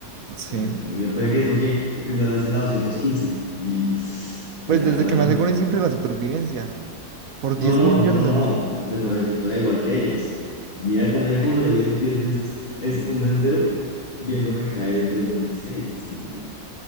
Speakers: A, on the right; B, on the left.
A: Sí.
B: puede que te toque muy bien, puede que te toque el primer mes en la 215 y pues
A: Pues
B: la
A: desde
B: hago la
A: que me
B: cosa.
A: aseguren siempre la supervivencia, por
B: No,
A: diez
B: no,
A: mil millones
B: no, no,
A: de
B: no,
A: dólares.
B: te, te toca, te toca igual que ellos.
A: Ah,
B: Mira cómo, mira cómo sobreviven 10 meses, es un mes entero, viendo lo que cae del 216 es muy poquito.